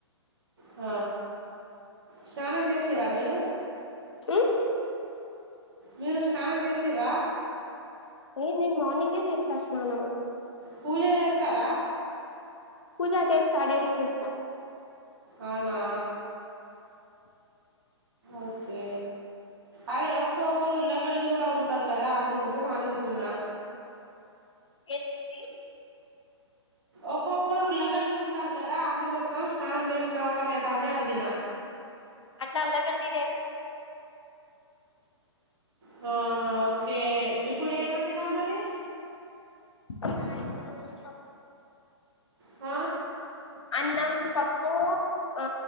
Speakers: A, on the right (about 50°); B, on the left (about 75°).
A: హ స్నానం చేసిరా మీరు
B: ఉమ్
A: మీరు స్నానం చేసి ర్రా
B: ఏ నేను మార్నింగే చేసినా స్నానము
A: పూజ చేస్తార
B: పూజ చేస్త డైలీ చేస్త
A: అవునా ఓకే అదే ఒక్క ఒక్కరుల్గళ కూడా ఉంటారు కదా అందుకోసం అడుగుతున్నా
B: ఏంటండి
A: ఒక్కొక్కరు లగల్డి ఉంటారు కదా అందుకోసం స్నానం చేసినావ లేదా అని అడిగిన <inaudible>
B: అట్టు అలాగడి నే న్ చేయ
A: హ ఓకే ఇప్పుడు ఏమండినావు మరి
B: పప్
A: హ
B: అన్నం పప్పు ఆ